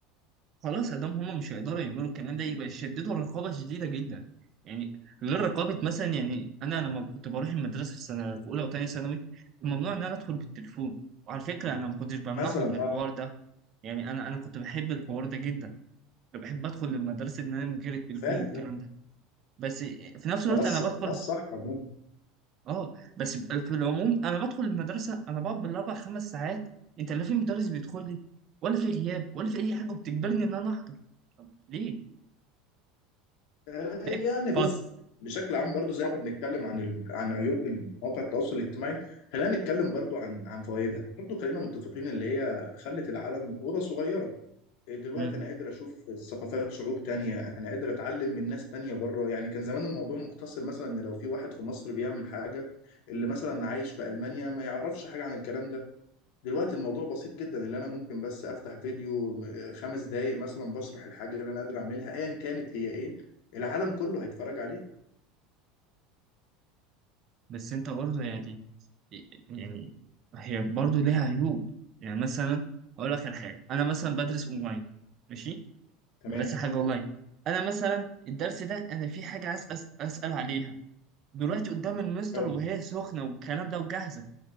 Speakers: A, on the right; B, on the left.
A: خلاص ادام هما مش هيقدروا يعملوا الكلام ده يبقى يشددوا الرقابة شديدة جدا يعني غير رقابة مثلا يعني انا لما كنت بروح المدرسة في سنة في اولى وثانية ثانوي كان ممنوع ان انا ادخل بالتليفون وعلى فكرة انا ما كنتش بمنعهم
B: مثلا
A: من الحوار
B: اه
A: ده يعني انا انا كنت بحب الحوار ده جدا أنا بحب ادخل المدرسه ان انا من غير التليفون
B: فاهم
A: والكلام
B: فاهم
A: ده بس في نفس الوقت
B: وده الص-
A: انا بدخل
B: ده الصح عموما
A: اه بس في العموم انا بدخل المدرسه انا بقعد بالاربع خمس ساعات انت لا في مدرس بيدخل لي ولا في غياب ولا في اي حاجه بتجبرني ان انا احضر طب ليه
B: آه،
A: فاهم
B: يعني بص
A: فط
B: بشكل عام برضو زي ما بنتكلم عن ال... عن عيوب مواقع التواصل الاجتماعي خلينا نتكلم برضو عن عن فوائدها برضو خلينا متفقين اللي هي خلت العالم أوضة صغيرة إيه، دلوقتي
A: مم.
B: أنا قادر أشوف ثقافات شعوب تانية أنا قادر أتعلم من ناس تانية بره يعني كان زمان الموضوع مقتصر مثلا إن لو في واحد في مصر بيعمل حاجة اللي مثلا عايش في ألمانيا ما يعرفش حاجة عن الكلام ده دلوقتي الموضوع بسيط جدا اللي انا ممكن بس افتح فيديو آه، خمس دقايق مثلا بشرح الحاجه اللي انا قادر اعملها ايا كانت هي ايه العالم كله هيتفرج عليه
A: بس انت برضه يعني يعني هي برضه ليها عيوب يعني مثلا اقول لك على حاجه انا مثلا بدرس اونلاين ماشي
B: تمام
A: بدرس حاجه اونلاين انا مثلا الدرس ده انا في حاجه عايز أس- اسال عليها دلوقتي قدام المستر
B: حلو
A: وهي سخنة والكلام ده وجاهزة